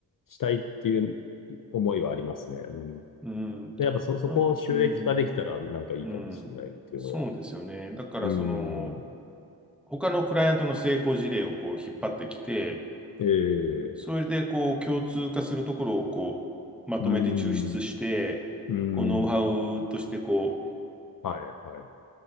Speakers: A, on the left; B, in the centre.
A: したいっていう思いはありますね。うん。
B: うん。
A: で、やっぱそ、そこを収益化できたらなんかいいかもしれないっていうのは。
B: あうん。うん。そうですよね。だから、
A: うん。
B: その、他のクライアントの成功事例をこう引っ張ってきて、
A: ええ
B: それで、こう、共通化するところを、こう、まとめて抽出して、
A: うん。うん。
B: こう、ノウハウとして、こう、
A: はい、はい、はい。